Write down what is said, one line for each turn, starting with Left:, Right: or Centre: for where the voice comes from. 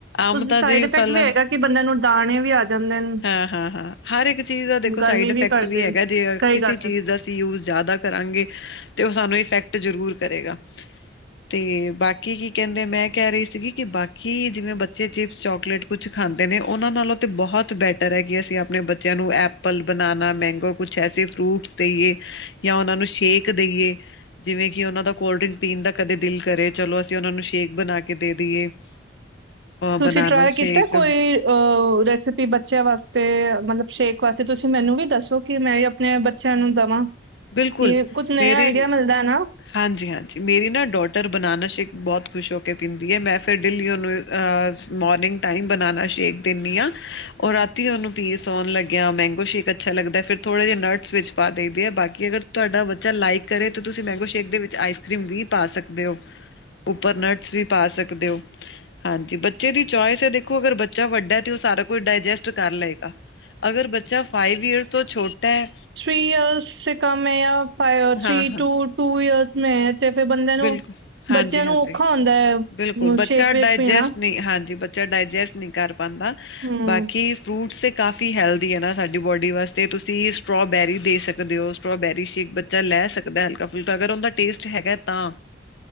Left: ਅੰਬ
Right: ਓਸਦੀ
Left: ਤਾਂ
Right: ਸਾਈਡ
Left: ਜੀ
Right: ਇਫੈਕਟ
Left: ਫਲ
Right: ਵੀ ਹੈਗਾ, ਕਿ ਬੰਦੇਆਂ ਨੂੰ ਦਾਨੇ ਵੀ ਆ ਜਾਂਦੇ ਨ
Left: ਹਾਂ-ਹਾਂ, ਹਾਂ ਹਰ ਇੱਕ ਚੀਜ ਦਾ ਦੇਖੋ
Right: ਗਰਮੀ
Left: ਸਾਈਡ ਫੈਕਟ
Right: ਕਰਦੇ
Left: ਵੀ ਹੈਗੈ
Right: ਨੇ
Left: ਜੇ
Right: ਸਹੀ
Left: ਕਿਸੀ
Right: ਗੱਲ
Left: ਚੀਜ
Right: ਹੈ
Left: ਦਾ ਯੂਸ ਜਾਦਾ ਕਰਾਂਗੇ, ਤੇ ਓ ਸਾਨੂੰ ਇਫੈਕਟ ਜਰੂਰ ਕਰੇਗਾ। ਤੇ ਬਾਕੀ ਕੀ ਕੇਂਦੇ ਮੈਂ ਕੇਹ ਰਹੀ ਸੀਗੀ, ਕਿ ਬਾਕੀ ਜਿਵੇਂ ਬੱਚੇ ਚਿਪਸ ਚੋਕਲੇਟ ਕੁਛ ਖਾਂਦੇ ਨੇ, ਓਨਾਂ ਨਾਲੋਂ ਤੇ ਬੋਹਤ ਬੋਤ ਬੈਟਰ ਐ ਕਿ, ਅਸੀਂ ਆਪਨੇ ਬੱਚੇਆਂ ਨੂੰ ਐਪਲ, ਬਨਾਨਾ, ਮੈਂਗੋ ਕੁਛ ਐਸੇ ਫਰੂਟਸ ਦੇਈਏ ਯਾ ਓਨਾਂ ਨੂੰ ਸ਼ੇਕ ਦੇਈਏ ਜਿਵੇਂ ਕਿ, ਓਨਾਂ ਦਾ ਕੋਲਡ ਡਰਿੰਕ ਪੀਨ ਦਾ ਕਦੇ ਦਿਲ ਕਰੇ ਚਲੋ, ਅਸੀਂ ਓਨਾਂ ਨੂੰ ਸ਼ੇਕ ਬਨਾ ਕੇ ਦੇ ਦੇਈਏ <inaudible>
Right: ਤੁਸੀ
Left: ਬਨਾਨਾ
Right: ਟਰਾਏ ਕੀਤਾ
Left: ਸ਼ੇਕ
Right: ਕੋਈ ਅ ਰੈਸਪੀ ਬੱਚੇਆਂ ਵਾਸਤੇ ਮਤਲਬ ਸ਼ੇਕ ਵੈਸੇ ਤੁਸੀ ਮੈਨੂੰ ਵੀ ਦੱਸੋ ਕਿ ਮੈਂ ਵੀ ਆਪਨੇ ਬੱਚੇਆਂ ਨੂੰ ਦਵਾਂ
Left: ਬਿਲਕੁਲ
Right: ਕਿ ਕੁਝ ਨਇਆ
Left: ਮੇਰੀ
Right: ਆਈਡੀਆ ਮਿਲਦਾ ਹੈ ਨਾ
Left: ਹਾਂਜੀ-ਹਾਂਜੀ ਮੇਰੀ ਨਾ ਡੋ ਟਰ, ਬਨਾਨਾ ਸ਼ੇਕ ਬੋਤ ਖੁਸ਼ ਹੋ ਕੇ ਪੀਂਦੀ ਐ, ਮੈਂ ਫਿਰ ਡੇਲੀ ਓਨੂੰ ਅ ਮੋਰਨਿੰਗ ਟਾਈਮ ਬਨਾਨਾ ਸ਼ੇਕ ਦੇਨੀਂ ਆਂ। ਔਰ ਰਾਤੀ ਓਨੂੰ ਪੀ, ਸੌਨ ਲੱਗੇਆਂ ਮੈਂਗੋ ਸ਼ੇਕ ਅੱਛਾ ਲੱਗਦੈ ਫਿਰ ਥੋੜੇ ਜੇ ਨਟਸ ਵਿੱਚ ਪਾ ਦੇਈ ਦੇ ਐ ਬਾਕੀ ਕਿ, ਅਗਰ ਤੁਆਡਾ ਬੱਚਾ ਲਾਈਕ ਕਰੇ ਤਾਂ ਤੁਸੀ ਮੈਂਗੋ ਸ਼ੇਕ ਦੇ ਵਿੱਚ ਆਈਸ ਕ੍ਰੀਮ ਵੀ ਪਾ ਸਕਦੇ ਓ। ਉਪਰ ਨਟਸ ਵੀ ਪਾ ਸਕਦੇ ਓ। ਹਾਂਜੀ, ਬੱਚੇ ਦੀ ਚੋਆਇਸ ਐ ਦੇਖੋ ਅਗਰ ਬੱਚਾ ਵੱਡੈ ਤੇ ਓ ਸਾਰਾ ਕੁਛ ਡਾਇਜੈਸਟ ਕਰ ਲਏਗਾ। ਅਗਰ ਬੱਚਾ ਫਾਈਵ ਈਅਰਸ ਤੋਂ ਛੋਟਾ ਐ
Right: ਥ੍ਰਰੀ ਇਅਰਸ ਸੇ ਕਮ ਏ ਆ, ਫ ਥ੍ਰਰੀ
Left: ਹਾਂ-ਹਾਂ
Right: ਟੂ ਟੂ ਇਅਰਸ ਮੈਂ ਤੇ ਫੇਰ ਬੰਦੇ ਨੂੰ,
Left: ਬਿਲਕੁਲ ਹਾਂਜੀ-ਹਾਂਜੀ
Right: ਬੱਚਿਆਂ ਨੂੰ ਔਖਾ ਹੋਂਦਾ ਐ,
Left: ਬਿਲਕੁਲ ਬੱਚਾ
Right: ਸ਼ੇਕ-ਵੇਕ
Left: ਡਾਇਜੈਸਟ
Right: ਪੀਣਾ।
Left: ਨਹੀਂ ਹਾਂਜੀ ਬੱਚਾ ਡਾਇਜੈਸਟ ਨਈਂ ਕਰ ਪਾਂਦਾ,
Right: ਹੂੰ,
Left: ਬਾਕੀ ਫਰੂਟਸ ਤੇ ਕਾਫੀ ਹੈਲਦੀ ਐ ਨਾ ਸਾਡੀ ਬੋਡੀ ਵਾਸਤੇ, ਤੁਸੀਂ ਸਟ੍ਰੋਬੈਰੀ ਦੇ ਸਕਦੇ ਓ, ਸਟ੍ਰੋਬੈਰੀ ਸ਼ੇਕ ਬ ਬੱਚਾ ਲੈ ਸਕਦਾ, ਹਲਕਾ-ਫੁਲਕਾ ਅਗਰ ਓਂਦਾ ਟੇਸਟ ਹੈਗਾ ਤਾਂ